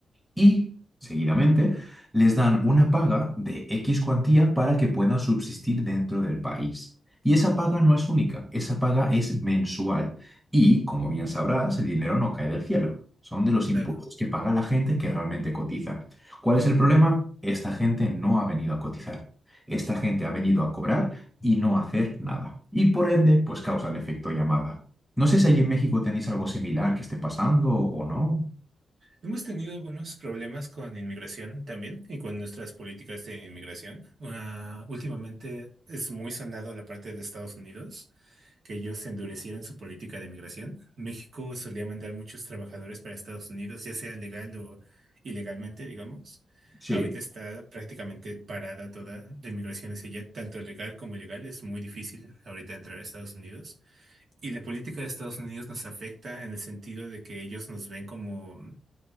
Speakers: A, in the centre; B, on the right.
A: y, seguidamente, les dan una paga de X cuantía para que puedan subsistir dentro del país. Y esa paga no es única, esa paga es mensual. Y, como bien sabrás, el dinero no cae del cielo. Son de los impuestos
B: Claro.
A: que paga la gente que realmente cotiza. ¿Cuál es el problema? Esta gente no ha venido a cotizar. Esta gente ha venido a cobrar y no a hacer nada. Y por ende, pues causa el efecto llamada. No sé si allí en México tenéis algo similar que esté pasando o no.
B: Hemos tenido algunos problemas con inmigración también y con nuestras políticas de inmigración. Ah, últimamente es muy sonado la parte de Estados Unidos, que ellos endurecieron su política de inmigración. México solía mandar muchos trabajadores para Estados Unidos, ya sea legal o ilegalmente, digamos.
A: sí
B: Ahorita está prácticamente parada toda la inmigración hacia allá, tanto legal como ilegal. Es muy difícil ahorita entrar a Estados Unidos. Y la política de Estados Unidos nos afecta en el sentido de que ellos nos ven como